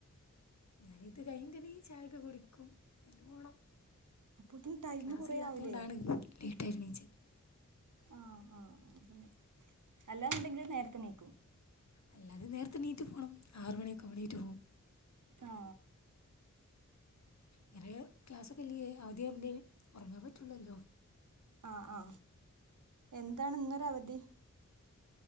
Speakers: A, on the left (about 60°); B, on the right (about 75°).
A: ഞാന് ഇത് കഴിഞ്ഞിട്ട് ഇനി ചായക്കെ കുടിക്കും എന്നിട്ട്‌ പോണം
B: അപ്പോത്തിന് ടൈമ്
A: ക്ലാസ്
B: കൊറേ
A: ഇല്ലാത്ത
B: ആവൂലേ
A: കൊണ്ടാണ് ലീ എണ്ണിച്ച്
B: ആ ആ അങ്ങനെ അല്ലാന്നുണ്ടെങ്കിൽ നേരത്തെ എണ്ണിക്കും
A: അല്ലാതെ നേരത്തെ എണീറ്റ് പോണം ആറ് മണിയൊക്കെ ആവുമ്പോ എണീറ്റ് പോകും
B: ആ ഹ്
A: ഇങ്ങനെ ക്ലാസ്ക്കെയില്ലിയെ അവധിയെങ്കിൽ ഒറങ്ങാൻ പറ്റ റ്റുള്ളല്ലോ
B: ആ ആ എന്താണ് ഇന്നൊര അവധി